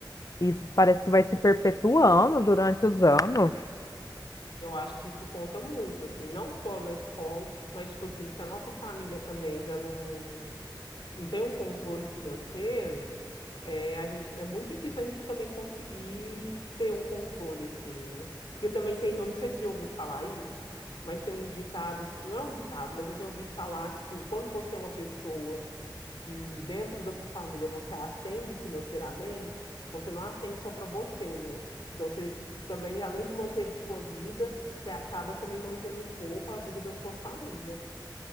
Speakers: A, on the left (about 45°); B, on the left (about 80°).
A: Isso parece que vai se perpetuando durante os anos.
B: Eu acho que isso conta muito, assim, não só na escola, mas, tipo assim, se a nossa família também já não, não tem um controle financeiro, é, a gente, é muito difícil a gente também conseguir ter um controle, assim, né? Porque também tem, eu não sei se você já ouviu falar isso, mas tem um ditado que, não é um ditado, mas eu já ouvi falar, tipo, quando você é uma pessoa que dentro da sua família você ascende financeiramente, você não ascende só para você, né? Então você também, além de manter sua vida, você acaba também mantendo um pouco a vida da sua família.